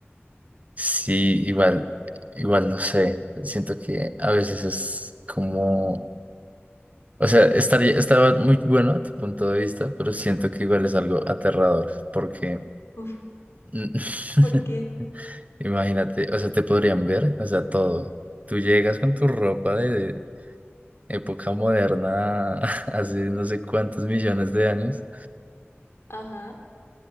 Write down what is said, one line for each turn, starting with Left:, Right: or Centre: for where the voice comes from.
Right: Sí, igual, igual no sé. Siento que a veces es como, o sea, estaría, estaba muy bueno a tu punto de vista, pero siento que igual es algo aterrador, porque
Left: Uf,
Right: Mm, <laughs>
Left: ¿por qué?
Right: Imagínate, o sea, te podrían ver, o sea, todo. Tú llegas con tu ropa de época moderna, <laughs> hace no sé cuántos millones de años.
Left: Ajá,